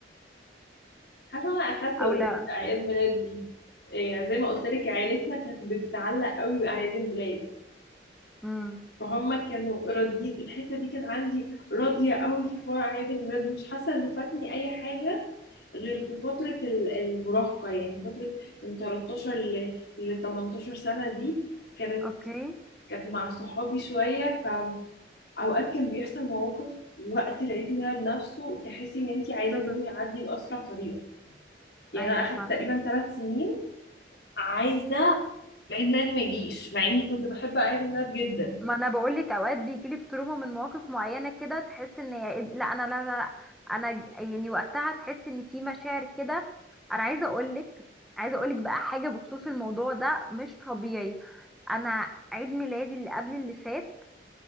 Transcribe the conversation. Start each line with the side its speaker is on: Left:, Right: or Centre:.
Left: حاسة أنا أخدت
Centre: او
Left: أوريدي
Centre: لا
Left: أعياد ميلاد دي إيه زي ما قلت لك عيلتنا كانت بتتعلق قوي بأعياد الميلاد
Centre: امم
Left: فهم كانوا راضيين الحته دي كان عندي راضيه قوي في حوار اعياد الميلاد مش حاسه ان فاتني اي حاجه غير في فتره ال- المراهقه يعني فتره من 13 ل 18 سنه دي كانت
Centre: اوكي
Left: كانت مع صحابي شويه فاوقات كان بيحصل مواقف وقت العيد ميلاد نفسه تحسي ان انت عايزه
Centre: امم
Left: اليوم يعدي باسرع طريقه يعني
Centre: ايوه
Left: انا اخدت تقريبا ثلاث سنين عايزه عيد ميلادي ما يجيش مع اني كنت بحب عيد الميلاد جدا
Centre: ما انا بقول لك اوقات بيجيلك تروما من مواقف معينه كده تحس ان هي- لا انا لا لا لا، انا ج- يعني وقتها تحس ان في مشاعر كده انا عايزه اقول لك عايزه اقول لك بقى حاجه بخصوص الموضوع ده مش طبيعي انا عيد ميلادي اللي قبل اللي فات